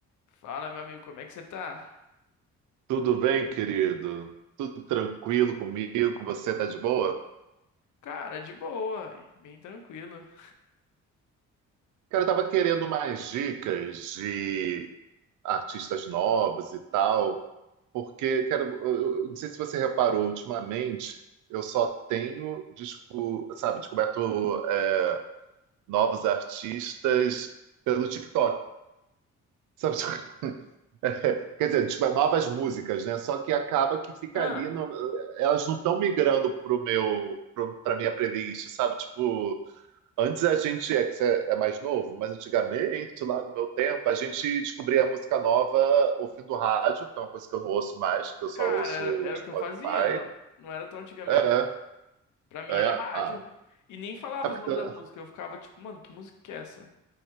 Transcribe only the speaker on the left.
Fala, meu amigo, como é que você tá?
Cara, de boa, véi, bem tranquilo. <laughs>
Ah,
cara,
era, era
o que eu fazia, não, não era tão antigamente.
Pra mim era
rádio.
E nem falava
os nomes
das músicas, eu ficava tipo, mano, que música que é essa?